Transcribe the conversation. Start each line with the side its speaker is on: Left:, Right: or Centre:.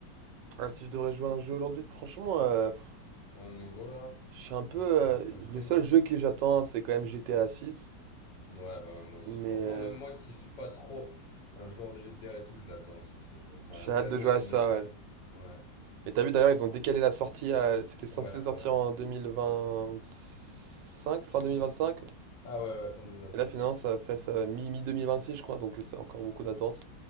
Right: Ah, si je devrais jouer à un jeu aujourd'hui, franchement, euh, pff,
Left: un nouveau, là,
Right: je suis un peu.
Left: un qui t'a-
Right: euh,
Left: qui t'intrigue...
Right: le seul jeu que j'attends, c'est quand même GTA 6,
Left: Ouais, bah, moi aussi,
Right: mais
Left: franchement,
Right: euh,
Left: même moi qui suis pas trop un joueur de GTA et tout, je l'attends aussi ce jeu. Enfin,
Right: j'ai hâte
Left: tellement
Right: de jouer
Left: il
Right: à
Left: y a
Right: ça,
Left: une hype.
Right: ouais.
Left: Ouais,
Right: Et t'as vu d'ailleurs, ils ont décalé la sortie à... C'était censé
Left: ouais,
Right: sortir
Left: ouais.
Right: en 2025, fin
Left: 6.
Right: deux mille vingt cinq.
Left: Ah ouais, ouais, fin 2025,
Right: Et là, finalement,
Left: ouais.
Right: ça fait ça, mi- deux mille vingt six je crois. Donc, euh, c'est encore beaucoup d'attente.